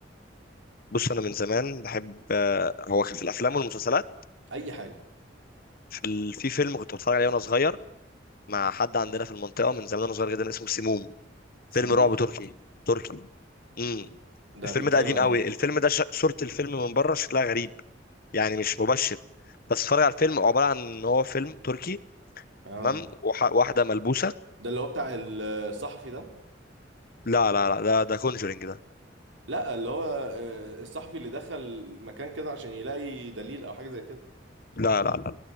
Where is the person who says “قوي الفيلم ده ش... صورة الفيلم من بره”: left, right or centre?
Left